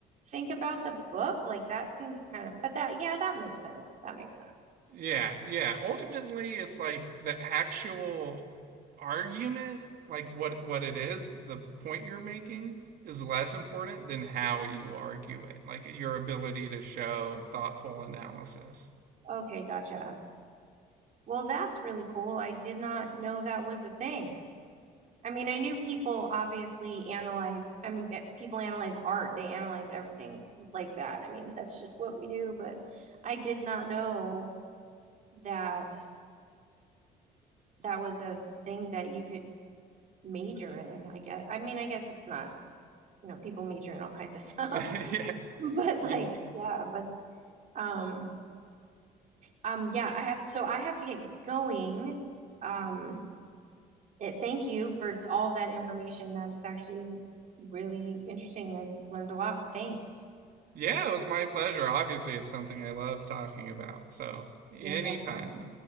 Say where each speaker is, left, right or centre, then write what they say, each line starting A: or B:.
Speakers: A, on the right; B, on the right.
A: think about the book? Like that seems kind of, but that yeah, that makes sense. That makes sense.
B: Yeah, yeah. Ultimately, it's like the actual argument, like what what it is, the point you're making is less important than how you argue it, like your ability to show thoughtful analysis.
A: Okay, gotcha. Well, that's really cool. I did not know that was a thing. I mean, I knew people obviously analyze, I mean, eh, people analyze art. They analyze everything like that. I mean, that's just what we do, but I did not know that that was a thing that you could major in, I guess. I mean, I guess it's not, you know, people major in all kinds of stuff,
B: <laughs> Yeah.
A: <laughs> but
B: Ye-
A: like, yeah, but um um yeah, I have so I have to get going. Um it thank you for all that information. That is actually really interesting. I learned a lot. Thanks.
B: Yeah, it was my pleasure. Obviously, it's something I love talking about. So, anytime.
A: Yeah, definitely.